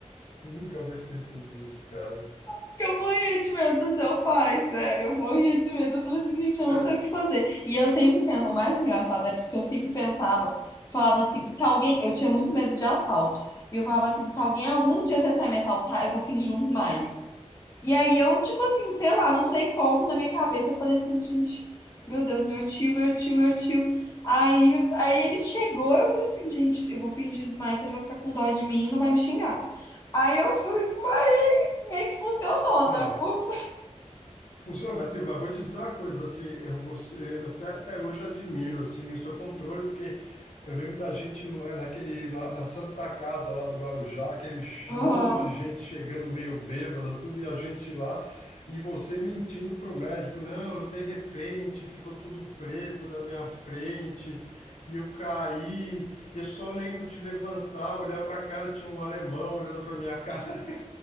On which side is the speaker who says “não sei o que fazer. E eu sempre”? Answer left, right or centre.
Left